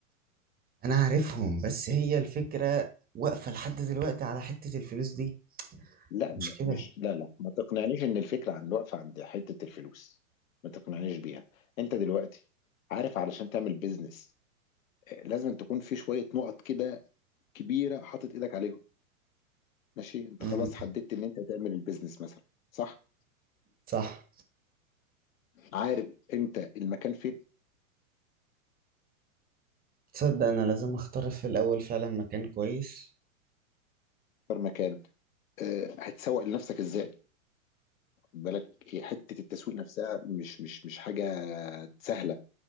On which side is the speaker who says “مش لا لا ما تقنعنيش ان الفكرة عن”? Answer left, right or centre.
Left